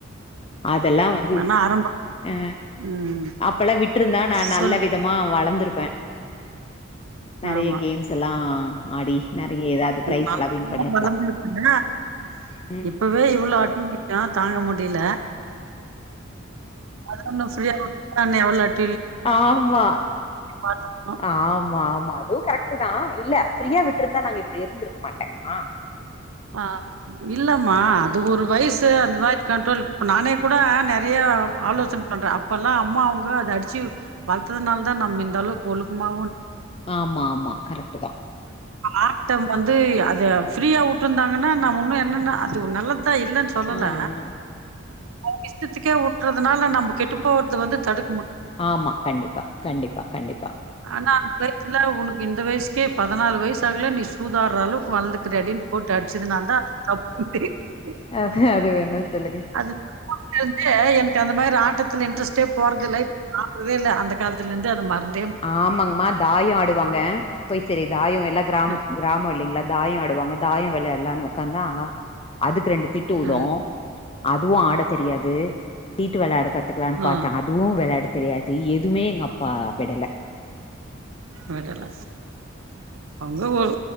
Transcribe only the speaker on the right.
ஆனா ஆரம்பம்
ம்
சொல்
ஆமா
<unintelligible>
இப்பவே இவ்வளவு <unintelligible> தாங்க முடியல அதுன்ன ஃப்ரீ ஆ நூ எவளோட்
பாத்துருக்கோம்.
ஆஹ் இல்லம்மா அது ஒரு வயசு அது மாரி கண்ட்ரல் குடுத்து நானே கூட
நெறய ஆலோசனை பண்ற அப்பல்லாம் அம்மா அவங்க அத அடிச்சு வளர்த்ததுனால தா நம்ம இந்த அளவுக்கு ஒழுக்கமா
ஆட்டம் வந்து அத ஃப்ரீயா வுட்டு விட்ருந்தாங்கன்னா நம்ம இன்னும் என்னன்ன அது நல்ல <unintelligible> இல்லன்னு சொல்லல
அவுங்க இஷ்டத்துக்கே வுட்டுறதுனால நம்ம கெட்டு போறத வந்து தடு
ஆனா அந்த வயசுல உனக்கு இந்த வயசுக்கே பதினாலு வயசு ஆகல நீ சூதாறாலும் வளர்ந்துக்குறடி போட்டு அடிச்சதுனால தான் தப்புனு தெரியுது
அது <unintelligible> அந்த மாரி ஆட்டத்துல இட்ரெஸ்டே போறதில்ல <unintelligible> இல்ல அந்த காலத்துலருந்து அது மறந்து
அ
அ
ஆ
விடல ஆ அங்க ஒரு